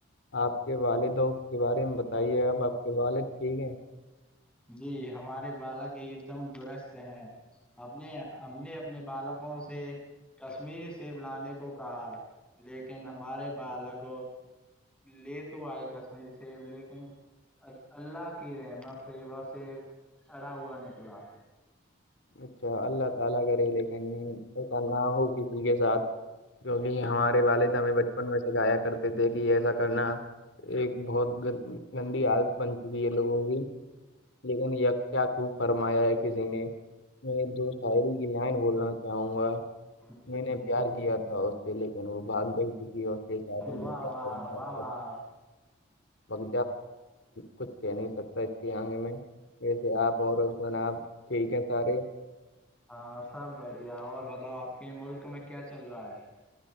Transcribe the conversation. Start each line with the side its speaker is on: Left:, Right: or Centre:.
Left: آپ کے والدوں کے بارے میں بتائیے آپ آپ کے والد ٹھیک ہیں
Centre: جی ہمارے بالک ایک دم درست ہیں اپنے ہم نے اپنے بالکوں سے کشمیری سیب لانے کو کہا لیکن ہمارے بالک لے تو آئے کشمیری سیب لیکن اللہ کی رحمت سیوا سے چڑھا ہوا نکلا
Left: <unintelligible> ایسا نہ ہو کسی کے ساتھ کی ہمارے والدہ ہمیں بچپن میں سےکھایا کرتے تھے کہ ایسا کرنا ایک بہت گندی حالت بن چکی ہے لوگوں کی لیکن یہ کیا خوب فرمایا ہے کسی نے میں دو شاعری کی لن بولنا چاہوں گا
Centre: جی
Left: میں
Centre: جی
Left: نے پیار
Centre: جی
Left: کیا تھا اس سے لیکن وہ بھاگ گئی کسی اور سے ساتھ میں
Centre: واہ
Left: کروں
Centre: واہ واہ واہ
Left: وج کچھ کہہ نہیں سکتا اس کے آنگے میںسے آپنا ٹھیک ہے سارے
Centre: ہاں سب بڑھیا اور بتاؤ آپ کے ملک میں کیا چل رہا ہے